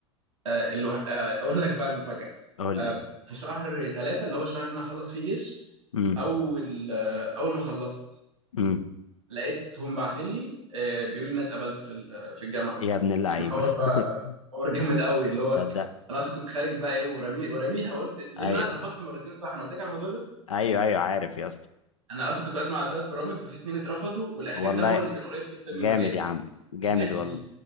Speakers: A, on the right; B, on the left.
A: آه الو... آه اقول لك بقى المفاجاه
B: قول
A: آه
B: لي
A: في شهر ثلاثة اللي هو الشهر اللي انا اخلص فيه جيش
B: امم
A: اول آه اول ما خلصت
B: امم
A: لقيتهم باعتين لي آه بيقولوا لي ان أنا اتقبلت في ال- في الجامعه
B: يا ابن اللعيبه
A: كان خبر
B: <laughs>
A: بقى خبر جامد قوي اللي هو
B: تصدق
A: انا اصلا كنت خارج بقى ايه ورمي ورميها قلت لان
B: ايوه
A: انا اترفضت مرتين صح انا قلت لك على الموضوع ده
B: ايوه ايوه عارف يا اسطى
A: انا اصلا كنت بقدم على ثلاث برامج ففي اتنين اترفضوا والاخير
B: والله
A: ده هو اللي كان قريب جدا
B: جامد
A: من مجالي
B: يا عم جامد
A: ده نجحت
B: والله
A: فيه